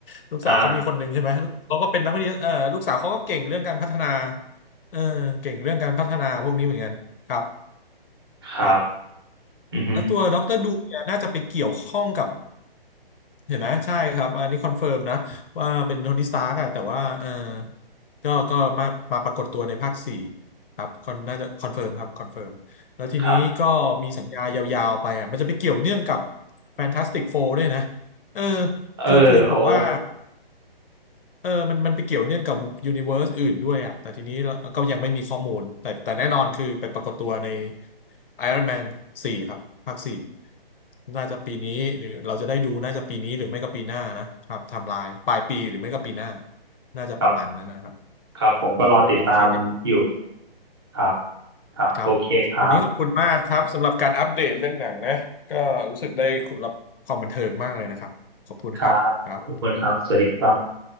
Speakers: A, on the left (about 65°); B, on the right (about 25°).
A: <laughs> ลูกสาวเขามีคนหนึ่งใช่ไหมลูกเขาก็เป็นนักวิทยาเออลูกสาวเขาก็เก่งเรื่องการพัฒนา
B: อ่า
A: เออเก่งเรื่องการพัฒนาพวกนี้เหมือนกันครับ
B: ครับ
A: ครับ
B: อือฮึ
A: แล้วตัวดรดูเนี่ยน่าจะไปเกี่ยวข้องกับ เห็นไหมใช่ครับอันนี้คอนเฟิร์มนะว่าเป็นโทนี่สตาร์กอะแต่ว่าเออก็ก็มามาปรากฏตัวในภาคสี่ครับคอนน่าจะคอนเฟิร์มครับคอนเฟิร์มแล้วทีนี้ก็มีสัญญายาวๆไปอ่ะมันจะไปเกี่ยวเนื่องกับ
B: ครับ
A: แฟนตาสติกโฟร์ด้วยนะเออ
B: เออโอ้
A: คือคือผมว่า เออมันมันไปเกี่ยวเนื่องกับยูนิเวอร์สอื่นด้วยอ่ะแต่ทีนี้เราก็ยังไม่มีข้อมูลแต่แต่แน่นอนคือไปปรากฏตัวใน Iron Man 4ครับภาคสี่น่าจะปีนี้หรือเราจะได้ดูน่าจะปีนี้หรือไม่ก็ปีหน้านะครับไทำลายปลายปีหรือไม่ก็ปีหน้า น่าจะประมาณนั้นนะครับ
B: ครับครับผมก็รอติดตามอยู่
A: อืมโอเค
B: ครับครับโอเคครับ
A: ครับ วันนี้ขอบคุณมากครับสำหรับการอัปเดตเรื่องหนังนะก็รู้สึกได้รับความบันเทิงมากเลยนะครับขอบคุณครับครับ
B: ครับขอบคุณครับสวัสดีครับ